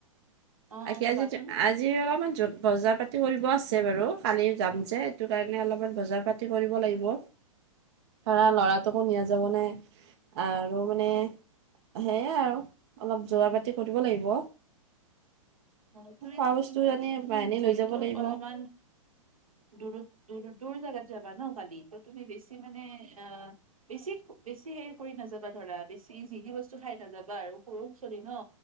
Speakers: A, on the right (about 85°); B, on the right (about 50°).
A: অ
B: এতিয়া
A: কবাচোন
B: যদি, আজি', আজি অলপমান চ'ল', বজাৰ পাতি কৰিব আছে বাৰু কালি যাম যে সেইটো কাৰণে অলপমান বজাৰ পাতি কৰিব লাগিব',
A: <unintelligible>
B: ধৰা লৰাটোকো নিয়া যাব নাই আৰু মানে সেয়াই আৰু অলপ যোৱা পাতি কৰিব লাগিব।
A: অ, তুমি
B: খোৱা বস্তু
A: কিন্তু
B: আনি
A: তুমি
B: বাহিনী
A: যিহেতু
B: লৈ যাব লাগিব
A: অলপমান দূৰ - দূৰ - দূৰত জাগাত যাবা ন কালি ত তুমি বেছি মানে আহ বেছি - বেছি হেৰি কৰি নাযাবা ধৰা বেছি যি তি কবস্তু খাই নাযাবা আৰু সৰু ছোৱালী ন।